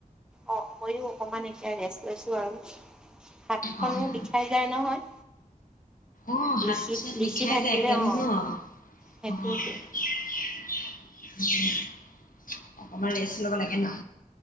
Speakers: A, in the centre; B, on the left.
A: অ' ময়ো। অকমান এতিয়া ৰেষ্ট লৈছো আৰু, হাত খনো
B: অ'
A: বিষাই যায় নহয়।
B: অ', হাত
A: লিখি
B: চাত বিষাই
A: লিখি থাকিলে
B: যায় একদমেই
A: অ'
B: ন' অ'।
A: সেইটোৱেতো
B: উম, অকমান ৰেষ্ট ল'ব লাগে ন'।